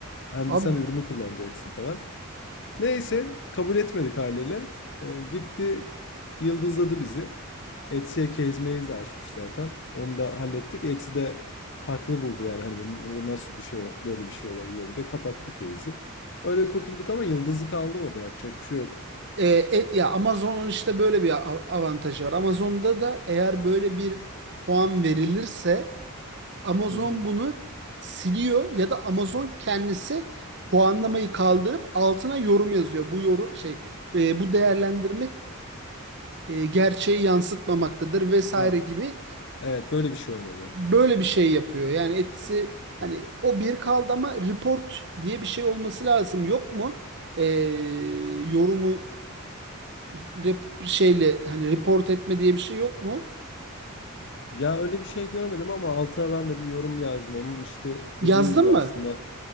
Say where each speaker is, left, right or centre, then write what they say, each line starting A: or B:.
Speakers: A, on the left; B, on the right.
A: Hem
B: Abi,
A: de sen ürünü kullanacaksın falan. Neyse kabul etmedik haliyle. Ee, gitti yıldızladı bizi. Etsy'e kezmeyiz de açmış zaten. Onu da hallettik. Etsy de haklı buldu yani hani bu bu nasıl bir şey o- böyle bir şey olabilir de kapattı case'i. Öyle kurtulduk ama yıldızı kaldı orada yapacak bir şey yok.
B: e, e, ya Amazon'un işte böyle bir a- avantajı var. Amazon'da da eğer böyle bir puan verilirse Amazon
A: Hı hı.
B: bunu siliyor ya da Amazon kendisi puanlamayı kaldırıp altına yorum yazıyor. Bu yorum şey e, bu değerlendirme e, gerçeği yansıtmamaktadır vesaire
A: Ah,
B: gibi
A: evet böyle bir şey olmalı.
B: böyle bir şey yapıyor. Yani etsi hani o bir kaldı ama report diye bir şey olması lazım. Yok mu? Ee, yorumu rep- şeyle hani report etme diye bir şey yok mu?
A: Ya öyle bir şey görmedim ama altına ben de bir yorum yazdım. Onun işte
B: Yazdın
A: dediğin gibi
B: mı?
A: aslında